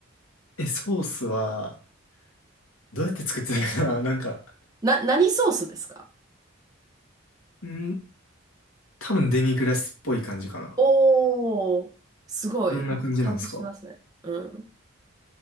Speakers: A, on the left (about 85°); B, on the right (about 15°).
A: え、ソースは、どうやって作ってたかな <laughs> なんか、
B: な、何ソースですか
A: うん、多分デミグラスっぽい感じかな。
B: おー、すごい。
A: どんな感じなんですかう
B: なんかちゃんとしてますね。うん。